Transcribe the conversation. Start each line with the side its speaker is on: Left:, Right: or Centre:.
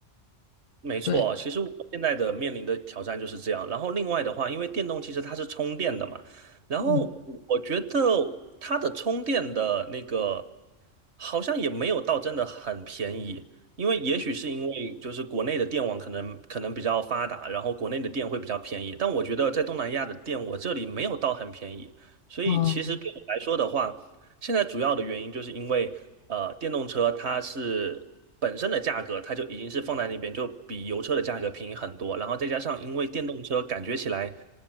Right: 没错，
Left: 对，
Right: 其实我现在的面临的挑战就是这样。然后另外的话，因为电动汽车它是充电的嘛，然后我觉得
Left: 嗯，
Right: 它的充电的那个好像也没有到真的很便宜，因为也许是因为就是国内的电网可能可能比较发达，然后国内的电会比较便宜，但我觉得在东南亚的电我这里没有到很便宜，所以其实对我来说的话，
Left: 哦、
Right: 现在主要的原因就是因为呃电动车它是。本身的价格它就已经是放在那边，就比油车的价格便宜很多。然后再加上因为电动车感觉起来